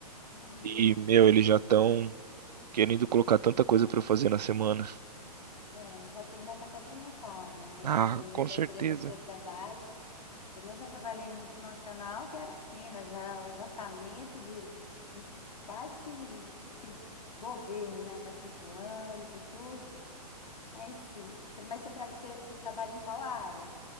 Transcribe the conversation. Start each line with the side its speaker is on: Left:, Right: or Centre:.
Left: Uhum.
Right: E, meu, eles já estão querendo colocar tanta coisa para eu fazer na semana.
Left: É, já tem meta até para o Natal, né?
Right: Ah,
Left: Dependendo
Right: com
Left: da
Right: certeza.
Left: empresa que você trabalha. Também já trabalhei em multinacional, que era assim, né? Já o orçamento de, de quase que, que governo, né? Para cinco anos e tudo. É, enfim, Cê- mas você, tra- você, você trabalha em qual área?